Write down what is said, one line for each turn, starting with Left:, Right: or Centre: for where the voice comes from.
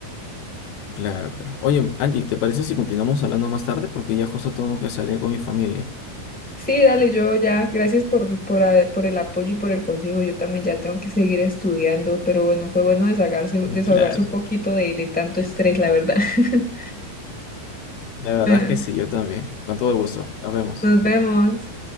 Left: Claro, claro. Oye, Angie, ¿te parece si continuamos hablando más tarde? Porque ya justo tengo que salir con mi familia.
Centre: Sí, dale, yo ya, gracias por, por, a- por el apoyo y por el consejo. Yo también ya tengo que seguir estudiando, pero bueno, fue bueno desahogarse, desahogarse
Left: Claro,
Centre: un poquito de, de tanto estrés, la verdad. <laughs>
Left: la verdad
Centre: Ah,
Left: es que sí, yo también. Con todo el gusto. Nos vemos.
Centre: Nos vemos.